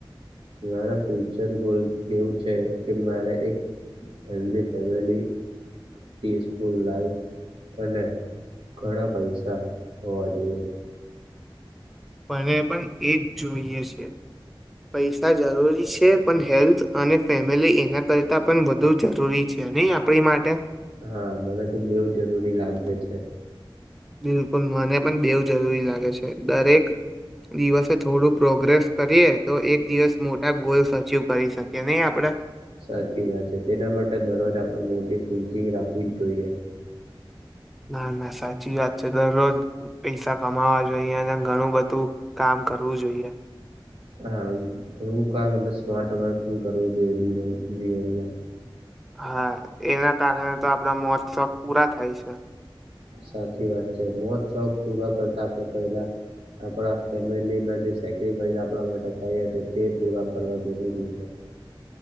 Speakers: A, on the right (about 90°); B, in the centre.
A: મારા ફ્યુચર ગોલ એવું છે કે, મારે એક હેલની ફેમિલી. પીસફુલ લાઈફ અને ઘણા પૈસા હોવા જોઈએ.
B: મને પણ એ જ જોઈએ છે. પૈસા જરૂરી છે પણ હેલ્થ અને ફેમ. લે એના કરતા પણ વધુ જરૂરી છે નહી આપડી માટે.
A: હા મને તો બવ જરૂરી લાગે છે.
B: બિલકુલ મને પણ બેવ જરૂરી લાગે છે દરેક દિવસે થોડું પ્રોગ્રેસ કરીએ તો એક દિવસ મોટા ગોલ્સ અચીવ કરી શકીએ નહી આપડે.
A: સાચી વાત છે, તેના માટે દરરોજ આપણે મોટી થિંકિંગ રાખવી જ જોઈએ.
B: ના ના સાચી વાત છે, દરરોજ પૈસા કમાવા જોઈએ અને ઘણું બધું કામ. કરવું જોઈએ.
A: હા ઘણું કામ અને સ્માર્ટ વર્ક પણ કરવું જોઈએ જીવન જીવનમાં.
B: હા એના કારણે તો આપડા મોજ-શોખ પૂરા થાય છે.
A: સાચી વાત છે, મોજ-શોખ પૂરા કરતા આપડે પહેલા. આપડા ફેમિલીના જે સેક્રિફાઈસ આપડા માટે થયા છે, તે પૂરા કરવા જરૂરી છે. <unintelligible>